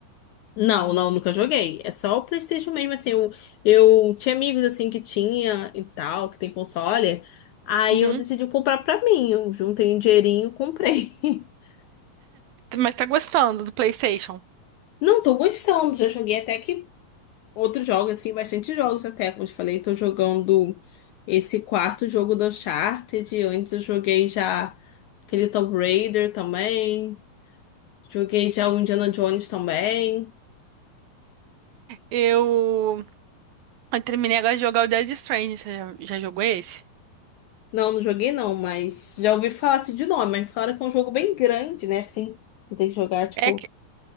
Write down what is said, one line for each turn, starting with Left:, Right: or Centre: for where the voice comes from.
Left: Não, não, nunca joguei. É só o PlayStation mesmo, assim. Eu, eu tinha amigos, assim, que tinha e tal, que tem console. Aí
Right: Uhum.
Left: eu decidi comprar pra mim. Eu juntei um dinheirinho, comprei. <laughs>
Right: Mas tá gostando do PlayStation.
Left: Não, tô gostando. Já joguei até que outros jogos, assim, bastante jogos até. Como eu te falei, tô jogando esse quarto jogo do Uncharted. Antes eu joguei já aquele Tomb Raider também. Joguei já o Indiana Jones também.
Right: Eu, eu terminei agora de jogar o Dead Stranding. Você já, já jogou esse?
Left: Não, não joguei não, mas já ouvi falar assim de nome, mas falaram que é um jogo bem grande, né? Assim, tem que jogar, tipo,
Right: É, que-